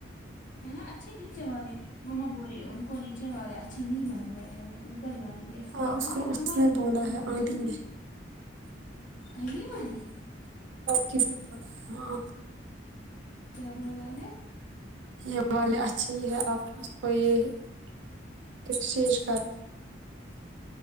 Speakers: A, on the left; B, on the right.
A: ہے نا اچھے نیچے والے مما بولیے ان کو نیچے والے اچھے نہیں لگ رہے ہے وہ لائیں گے
B: ہاں
A: وہ
B: اس
A: ہمارے
B: کو اس نے
A: روم
B: بولا
A: کو تو
B: ہے
A: وہ اچھے
B: آنٹی
A: ہوں
B: نے
A: گے ابھی مانے
B: ک ب ہاں <unintelligible>
A: کیا بول رہا ہے
B: یہ والے اچھی ہی ہے آپ اس کو یہ ایکسچینج کر
A: <unintelligible>